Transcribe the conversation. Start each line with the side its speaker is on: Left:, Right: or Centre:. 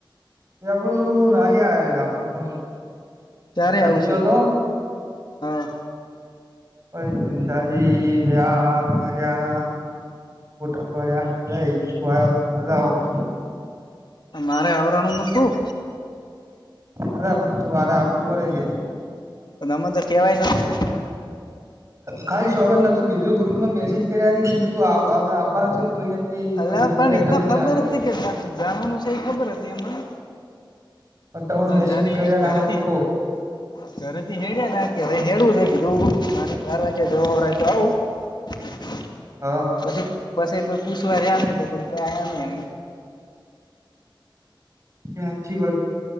Right: એ આપડું નાહિ આયેલા હમેતો
Left: ક્યારે
Right: દાજ્યો
Left: આવશે
Right: હતો
Left: હા
Right: પછી ચુન ત્યાજી ગ્યાન, ફર્યા ફોટા પડ્યા એજી જું આવ તો મજા આવોત
Left: મારે આવરાનુ નોતું.
Right: અરે પણ તું આરે આવવું પડે કે.
Left: ના મન તો કેવાય <unintelligible>
Right: ખાસ શોકર નથું કીધું ગ્રુપમાં મેસેજ કર્યા તે મેં કી આવ હવે આપવાનું છે કોઈ નથી
Left: અલા
Right: કોઈ રિપ્લાય
Left: પણ એ
Right: તમે
Left: તો ખબર
Right: ચાલો
Left: હતી કે જવાનું છે એ ખબર હતી અમને
Right: તમે મેસેજ
Left: જયારે
Right: કર્યા ના
Left: ઘરેથી
Right: હોય તો કો
Left: <inaudible> ઘરેથી હેડ્યા તકી હેડવું છે કીધું મારે બાર વાગ્યા જવા વાળય તો આવું <inaudible>
Right: હા
Left: પછી પછી કોઈ પૂછવા રહ્યા ની તો પછી કોઈ આયા ની એમ
Right: એ હાચી વાત